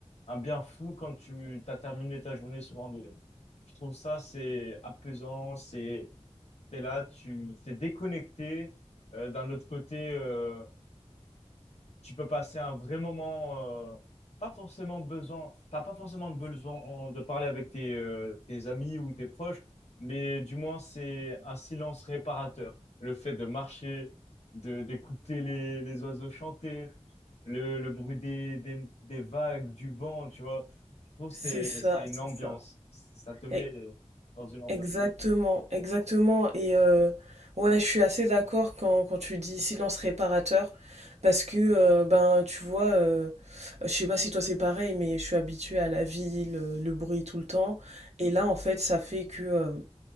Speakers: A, on the left; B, on the right.
A: un bien fou quand tu as terminé ta journée sur randonnée. Je trouve ça, c'est apaisant, c'est, t'es là, tu t'es déconnecté. Euh, d'un autre côté, euh, tu peux passer un vrai moment, euh, pas forcément besoin, t'as pas forcément besoin de parler avec tes, euh, tes amis ou tes proches, mais du moins c'est un silence réparateur. Le fait de marcher, de d'écouter les, les oiseaux chanter, le, le bruit des, des, des vagues, du vent, tu vois. Je trouve que
B: C'est
A: c'est
B: ça,
A: c'est une
B: c'est
A: ambiance.
B: ça.
A: Ça te met
B: E
A: dans une ambiance.
B: exactement, exactement et heu, ouais, je suis assez d'accord quand quand tu dis: «Silence réparateur» parce que, heu, ben, tu vois, heu, je sais pas si toi c'est pareil, mais je suis habituée à la ville, heu, le bruit tout le temps et là, en fait, ça fait que,